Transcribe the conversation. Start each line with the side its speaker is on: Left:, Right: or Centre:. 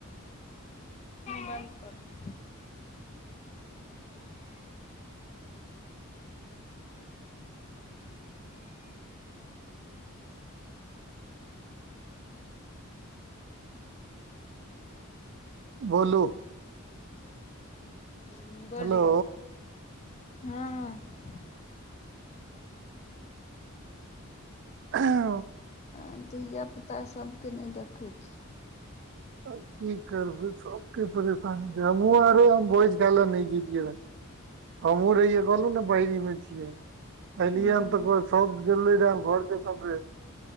Left: बन्द कर
Right: बोलु
Left: हुँ बोलियौ
Right: हेलो
Left: हँ
Right: <inaudible>
Left: हम धियापुता सभ केँ नय देखै छी
Right: अब की करबै सबके परेशानी छै हमहु आरे हम भोज खाइ लऽ गेलियै रहे हमहुँ रहियै कहलहुँ नइ बहेरी मऽ छियै एलियए
Left: हूँ
Right: हम तऽ कहै सब गेले रहे घरके सबहे